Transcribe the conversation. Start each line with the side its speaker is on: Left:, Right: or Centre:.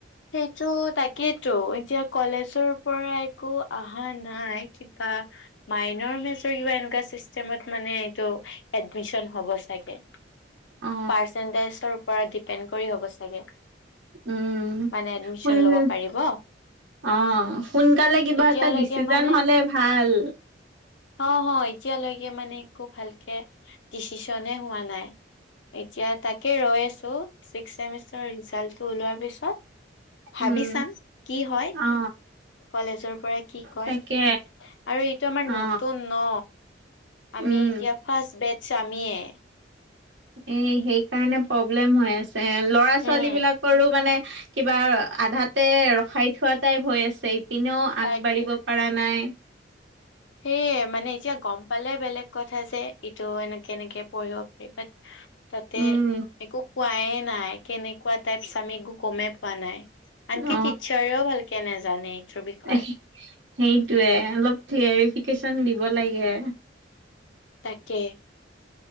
Left: সেইটো তাকেইেতো, এতিয়া কলেজৰ পৰা একো অহা নাই কিবা মাইনৰ মেজৰ কিবা এনেকুৱা চিষ্টেমত মানে এইটো এডমিচন হ'ব চাগে।
Right: অ
Left: পাৰ্চেন্টেজৰ ওপৰত ডিপেণ্ড কৰি হ'ব চাগে।
Right: উম,
Left: মানে এডমিচন
Right: হয়
Left: ল'ব
Right: মই
Left: পাৰিব।
Right: অ', সোনকালে কিবা
Left: এতিয়ালৈকে
Right: এটা ডিচিজন
Left: মানে
Right: হ'লে ভাল।
Left: অ' হয় এতিয়ালৈকে মানে একো ভালকে ডিচিশনে হোৱা নাই। এতিয়া তাকে ৰৈ আছো, ছিক্স চেমিষ্টাৰ ৰিজাল্টটো ওলোৱাৰ পিছত ভাবি
Right: উম
Left: ছাম, কি হয়।
Right: অ
Left: কলেজৰ পৰা কি কয়,
Right: তাকে
Left: আৰু এইটো আমাৰ
Right: অ
Left: নতুন ন, আমি
Right: উম
Left: এতিয়া ফাৰ্ষ্ট বেটছ আমিয়ে।
Right: এ সেইকাৰণে প্ৰব্লেম হৈ আছে, ল'ৰা
Left: উম
Right: ছোৱালী বিলাকৰো মানে কিবা আধাতে ৰখাই থোৱা টাইপ হৈ আছে, ইপিনেও
Left: তাকে
Right: আগবাঢ়িব পৰা নাই।
Left: সেয়ে মানে এতিয়া গম পালে বেলেগ কথা যে ইটো এনেকে এনেকে পঢ়িব পাৰি বাট <inaudible> তাতে,
Right: উম
Left: একো কোৱাইে নাই, কেনেকুৱা টাইপচ আমি একো গমেই পোৱা নাই। আনকি
Right: অ
Left: টিচাৰেও ভালকে নাজানে। এইটোৰ বিষয়ে
Right: সেইটোৱে, অলপ ক্লিয়াৰফিকেশচন দিব লাগে।
Left: তাকে।